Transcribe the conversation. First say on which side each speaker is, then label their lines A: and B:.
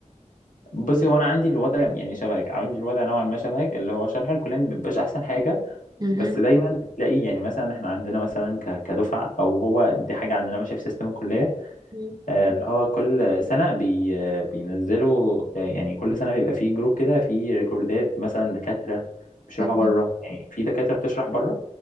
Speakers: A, on the left; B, on the right.
A: بصي هو انا عندي الوضع يعني شبهك عندي الوضع نوعا ما شبهك اللي هو شرح الكليه ما بيبقاش احسن حاجه
B: مهم.
A: بس دايما بتلاقي يعني مثلا احنا عندنا مثلا ك- كدفعه او هو دي حاجه عندنا ماشيه في سيستم الكليه
B: مم.
A: آه، اللي هو كل سنه بي آه، بينزلوا آه، يعني كل سنه بيبقى فيه جروب كده فيه ريكوردات مثلا دكاتره بيشرحوا
B: مم.
A: بره يعني في دكاتره بتشرح بره